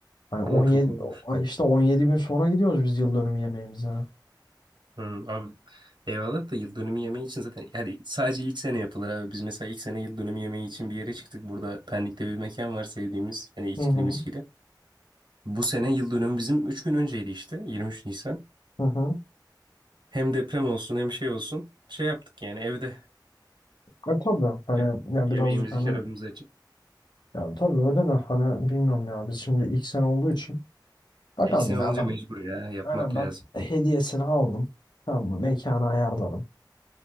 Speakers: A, on the left (about 70°); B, on the right (about 80°).
A: Hani
B: Ama
A: 17
B: çok olmuş.
A: işte 17 gün sonra gidiyoruz biz yıl dönümü yemeğimize. Hı
B: Hmm, abi eyvallah da yıl dönümü yemeği için zaten hadi sadece ilk sene yapılır abi. Biz mesela ilk sene yıl dönümü yemeği için bir yere çıktık. Burada Pendik'te bir mekan var sevdiğimiz hani içkili
A: hı.
B: miskili. Bu sene yıl dönümü bizim 3 gün önceydi işte 23 Nisan.
A: Hı hı.
B: Hem deprem olsun hem şey olsun şey yaptık yani evde
A: E tabii hani
B: Yani
A: ya
B: yemeğimizi
A: birazcık hani
B: şarabımızı açıp.
A: ya tabii öyle de hani bilmiyorum ya biz şimdi ilk sene olduğu için bakalım
B: Ya ilk sene
A: ya
B: olunca
A: ben
B: mecbur ya yapmak
A: aynen
B: lazım.
A: ben hediyesini aldım tamam mı mekanı ayarladım